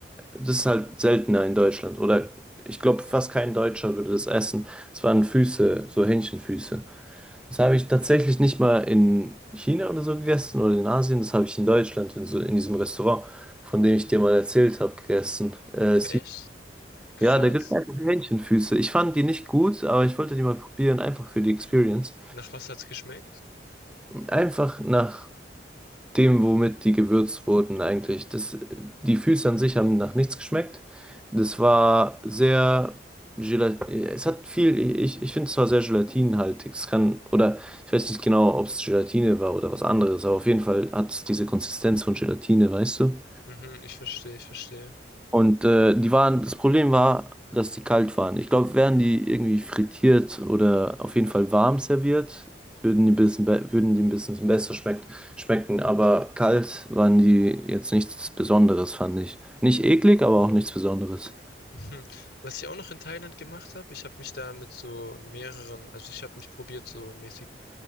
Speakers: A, in the centre; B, on the left.
A: das ist halt seltener in Deutschland. Oder ich glaube, fast kein Deutscher würde das essen. Es waren Füße, so Hähnchenfüße. Das habe ich tatsächlich nicht mal in China oder so gegessen oder in Asien. Das habe ich in Deutschland, in, so, in diesem Restaurant, von dem ich dir mal erzählt habe, gegessen. Äh,
B: Echt? Krass.
A: ja, da gibt es einfach Hähnchenfüße. Ich fand die nicht gut, aber ich wollte die mal probieren, einfach für die Experience.
B: Nach was hat's geschmeckt?
A: Einfach nach dem, womit die gewürzt wurden eigentlich. Das, die Füße an sich haben nach nichts geschmeckt. Das war sehr Gelat es hat viel, ich, ich finde es zwar sehr gelatinhaltig, es kann, oder ich weiß nicht genau, ob es Gelatine war oder was anderes, aber auf jeden Fall hat es diese Konsistenz von Gelatine, weißt du?
B: Mhm, ich verstehe, ich verstehe.
A: Und äh, die waren, das Problem war, dass die kalt waren. Ich glaube, wären die irgendwie frittiert oder auf jeden Fall warm serviert, würden die ein bisschen, be- würden die ein bisschen besser schmeckt, schmecken. Aber kalt waren die jetzt nichts Besonderes, fand ich. Nicht eklig, aber auch nichts Besonderes.
B: Mhm. Was ich auch noch in Thailand gemacht habe, ich habe mich da mit so mehreren, also ich habe mich probiert, so mäßig,